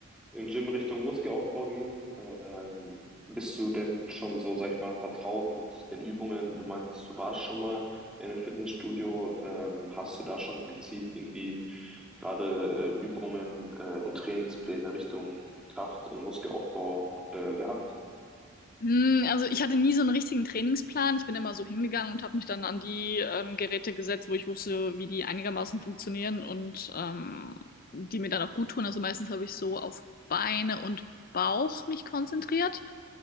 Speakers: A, in the centre; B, on the left.
A: im Gym Richtung Muskelaufbau gehen. Ähm, bist du denn schon so, sag ich mal, vertraut mit den Übungen? Du meinst, du warst schon mal in einem Fitnessstudio. Ähm, hast du da schon gezielt irgendwie gerade äh, Übungen äh, und Trainingspläne Richtung Kraft- und Muskelaufbau äh, gehabt?
B: Hm, Also ich hatte nie so einen richtigen Trainingsplan. Ich bin immer so hingegangen und habe mich dann an die ähm, Geräte gesetzt, wo ich wusste, wie die einigermaßen funktionieren und ähm, die mir dann auch gut tun. Also meistens habe ich so auf Beine und Bauch mich konzentriert.